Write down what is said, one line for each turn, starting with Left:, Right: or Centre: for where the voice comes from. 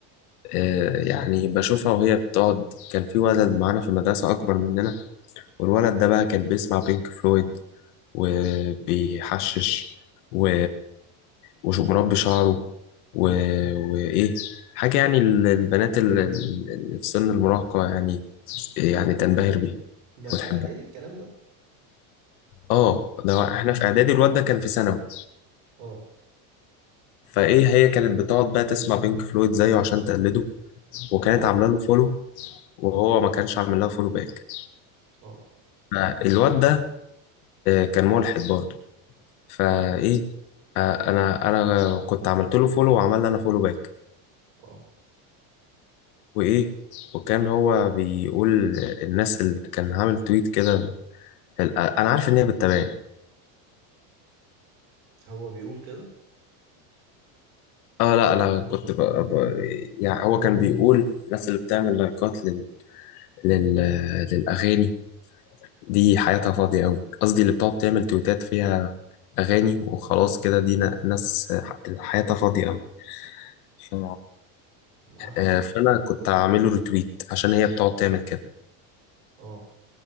Left: آه، يعني بشوفها وهي بتقعد كان في ولد معانا في المدرسة اكبر مننا والولد ده بقى كان بيسمع بينك فلويد وبيحشش و... ومربي شعره و... وإيه حاجة يعني ال- البنات ال- اللي في سن المراهقة يعني يعني تنبهر بيها
Right: ده في
Left: وتحبها
Right: إعدادي الكلام ده
Left: اه ده احنا في اعدادي الواد ده كان في ثانوي
Right: اه
Left: فايه هي كانت بتقعد بقى تسمع بينك فلويد زيه عشان تقلده
Right: م.
Left: وكانت عامله له فولو وهو ما كانش عامل لها فولو باك
Right: اه
Left: فالواد ده آه، كان ملحد برضه فايه
Right: اه
Left: آه، انا انا كنت عملت له فولو وعمل لي انا فولو باك
Right: اه
Left: وايه وكان هو بيقول الناس اللي كان عامل تويت كده ال- انا عارف ان هي بتتابعني
Right: هو بيقول كده
Left: اه لا انا كنت ب... ب... يعني هو كان بيقول الناس اللي بتعمل لايكات لل... لل... للاغاني دي حياتها فاضيه قوي قصدي اللي بتقعد تعمل تويتات فيها اغاني وخلاص كده دي ن- ناس حياتها فاضيه قوي ف...
Right: معاه حق
Left: آه، فانا كنت هعمله ريتويت عشان هي بتقعد تعمل كده
Right: اه